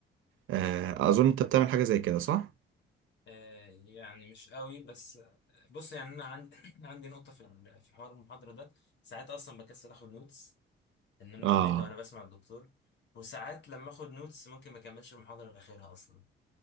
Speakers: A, on the right (about 80°); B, on the left (about 65°).
A: آه، أظن أنت بتعمل حاجة زي كده صح؟
B: آه، يعني مش قوي بس آه، بص يعني انا عندي <clears throat> عندي نقطه في ال- في حوار المحاضره ده ساعات اصلا بكسل اخد نوتس ان انا بمل
A: آه
B: وانا بسمع الدكتور وساعات لما اخد نوتس ممكن ما اكملش المحاضره لاخرها اصلا